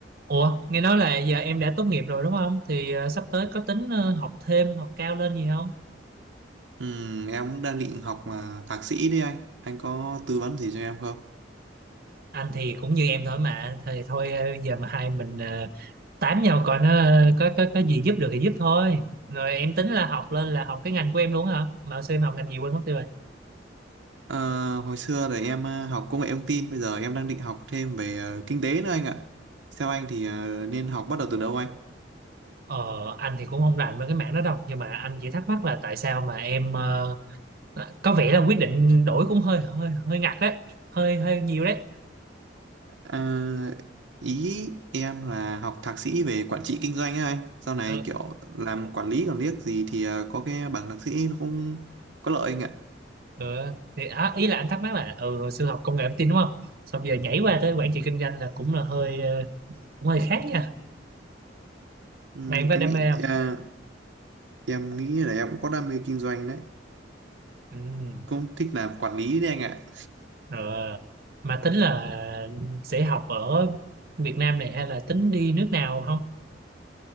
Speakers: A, on the right; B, on the right.
A: Ủa, nghe nói là giờ em đã tốt nghiệp rồi đúng không? Thì ờ, sắp tới có tính ờ, học thêm, học cao lên gì không?
B: Ừ, em cũng đang định học mà thạc sĩ đấy anh. Anh có tư vấn gì cho em không?
A: Anh thì cũng như em thôi mà, thì thôi ờ, giờ mà hai mình ờ, tám nhau coi nó ờ, có có có gì giúp được thì giúp thôi. Rồi em tính là học lên là học cái ngành của em luôn hả? Mà xem học ngành gì quên mất tiêu rồi.
B: Ờ, hồi xưa thì em ờ, học công nghệ thông tin, bây giờ em đang định học thêm về ờ, kinh tế nữa anh ạ. Theo anh thì ờ, nên học bắt đầu từ đâu anh?
A: Ờ, anh thì cũng không rành với cái mảng đó đâu, nhưng mà anh chỉ thắc mắc là tại sao mà em ờ, có vẻ là quyết định đổi cũng hơi hơi hơi ngặt đấy, hơi hơi nhiều đấy.
B: Ờ, ý em là học thạc sĩ về quản trị kinh doanh ấy anh. Sau này
A: Ừ,
B: kiểu làm
A: ờ.
B: quản lý còn liếc gì thì ờ, có cái bằng thạc sĩ nó cũng có lợi anh ạ.
A: ừ, thì hả, ý là anh thắc mắc là ừ hồi xưa học công nghệ thông tin đúng không xong giờ nhảy qua tới quản trị kinh doanh là cũng là hơi ờ, cũng hơi khác nha
B: Ừ,
A: mà em có
B: anh
A: đam
B: nghĩ
A: mê không
B: à, em nghĩ là em cũng có đam mê kinh doanh đấy.
A: ừ.
B: Cũng thích làm quản lý đấy anh ạ.
A: ờ, mà tính là sẽ học ở Việt Nam này hay là tính đi nước nào không